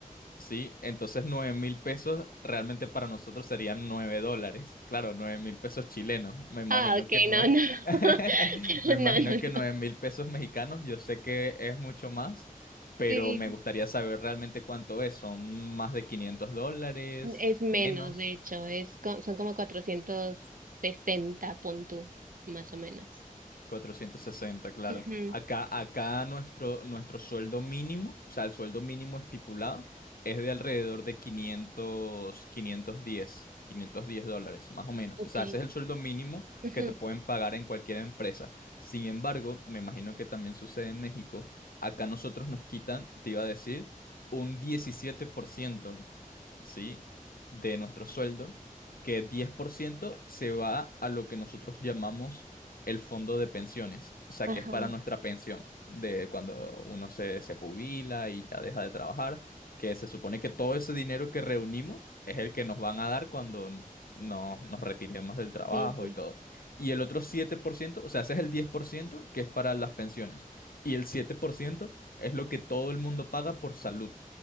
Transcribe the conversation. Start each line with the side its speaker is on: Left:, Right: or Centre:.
Left: Sí, entonces nueve mil pesos realmente para nosotros serían 9 dólares. Claro, nueve mil pesos chilenos. Me imagino
Right: Ah, ok,
Left: que no
Right: no,
Left: es...
Right: no,
Left: <laughs>
Right: <laughs>
Left: Me
Right: no,
Left: imagino
Right: no, no.
Left: que nueve mil pesos mexicanos, yo sé que es mucho más, pero
Right: sí,
Left: me gustaría saber realmente cuánto es. ¿Son más de 500 dólares?
Right: es menos,
Left: ¿Menos?
Right: de hecho, es co- son como 460, pon tú, más o menos.
Left: 460, claro.
Right: Ujú.
Left: Acá, acá nuestro, nuestro sueldo mínimo, o sea, el sueldo mínimo estipulado es de alrededor de 500, 510, 510 dólares, más o menos.
Right: Ok.
Left: O sea, ese es el sueldo mínimo
Right: Ujú.
Left: que te pueden pagar en cualquier empresa. Sin embargo, me imagino que también sucede en México. Acá nosotros nos quitan, te iba a decir, un 17%, ¿sí? De nuestro sueldo, que 10% se va a lo que nosotros llamamos el fondo de pensiones, o sea,
Right: Ajá.
Left: que es para nuestra pensión, de cuando uno se, se jubila y ya deja de trabajar, que se supone que todo ese dinero que reunimos es el que nos van a dar cuando n- nos, nos retiremos del trabajo
Right: Sí, sí.
Left: y todo. Y el otro 7%, o sea, ese es el 10% que es para las pensiones. Y el 7% es lo que todo el mundo paga por salud